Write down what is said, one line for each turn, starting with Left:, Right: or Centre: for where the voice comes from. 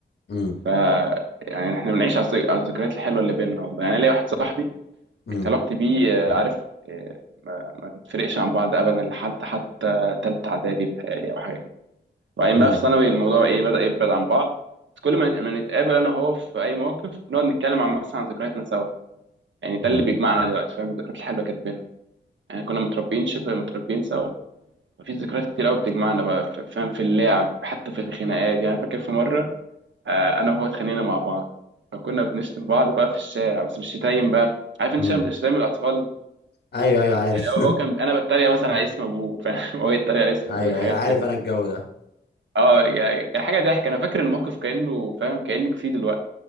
Left: امم
Right: ف يعني احنا بنعيش على الذك- على الذكريات الحلوه اللي بيننا والله يعني ليا واحد صاحبي
Left: امم
Right: كانت علاقتي بيه آه، عارف آه، ما ما بنتفرقش عن بعض ابدا لحد حتى تالتة اعدادي بتهيألي او حاجه وبعدين
Left: امم
Right: بقى في ثانوي الموضوع ايه بدأ يبعد عن بعض بس كل ما ما نتقابل انا وهو في اي موقف نقعد نتكلم عن مثلا عن ذكرياتنا سوا يعني ده
Left: امم
Right: اللي بيجمعنا دلوقتي فاهم الذكريات الحلوه اللي كانت بينا يعني كنا متربيين شبه متربيين سوا وفي ذكريات كتير قوي بتجمعنا بقى ف- فاهم في اللعب حتى في الخناقات يعني فاكر في مره آه، انا وهو اتخانقنا مع بعض فكنا بنشتم بعض بقى في الشارع بس مش شتايم بقى عارف انت
Left: أمم.
Right: شتايم شتايم الاطفال
Left: ايوه ايوه عارف
Right: يعني هو هو كان انا بتريق مثلا على اسم ابوه فاهم <laughs> هو يتريق على اسم
Left: <laughs> ايوه
Right: ابوه حاجات
Left: ايوه عارف
Right: كده
Left: انا الجو ده
Right: اه يعني كان حاجه ضحك انا فاكر الموقف كانه فاهم كانك فيه دلوقتي